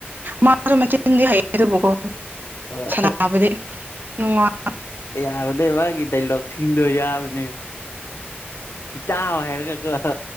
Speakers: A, on the right; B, on the left.
A: ꯃꯥꯖꯨ ꯃꯆꯤꯟꯗꯤ ꯍꯩꯌꯦ ꯑꯗꯨꯕꯨꯀꯣ
B: ꯑꯣ
A: ꯁꯥꯟꯅꯕꯗꯤ ꯅꯨꯡꯉꯥꯏ
B: ꯑꯦ ꯌꯥꯕꯅꯦ ꯃꯥꯒꯤ ꯗꯥꯏꯂꯣꯛꯁꯤꯡꯗꯣ ꯌꯥꯕꯅꯦ ꯏꯇꯥꯎ ꯍꯥꯏꯔꯒ ꯀꯣ